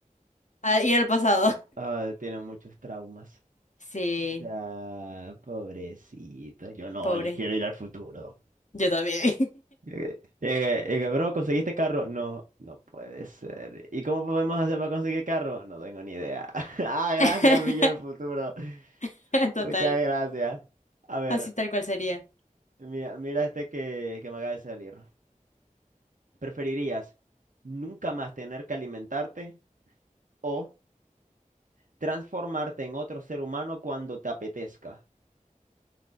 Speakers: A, on the left; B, on the right.
A: ah, ir al pasado.
B: ah, tiene muchos traumas.
A: Sí,
B: Ya, pobrecito, yo no,
A: pobre.
B: yo quiero ir al futuro.
A: Yo también.
B: Llegué, llegué, llegué, bro, ¿conseguiste carro? No, no puede ser. ¿Y cómo podemos hacer para conseguir carro? No tengo ni idea. <laughs> Ah, gracias,
A: <laughs>
B: mi yo del futuro.
A: <laughs> Total,
B: Muchas gracias. A ver,
A: así tal cual sería.
B: mira, mira este que, que me acaba de salir. ¿Preferirías nunca más tener que alimentarte o transformarte en otro ser humano cuando te apetezca?